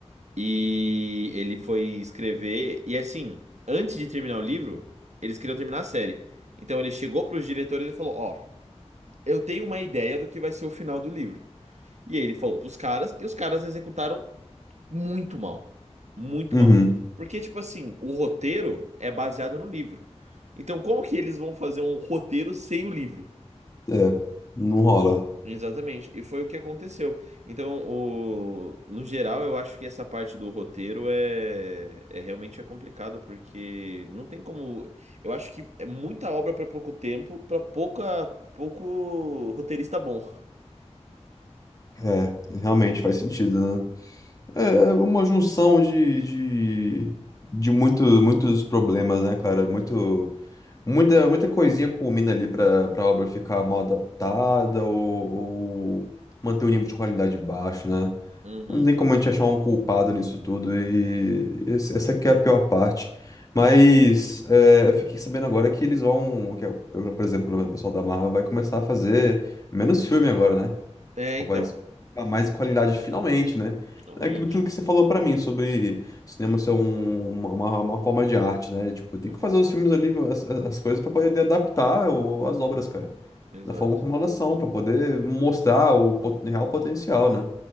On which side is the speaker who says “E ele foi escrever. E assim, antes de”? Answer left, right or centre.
Right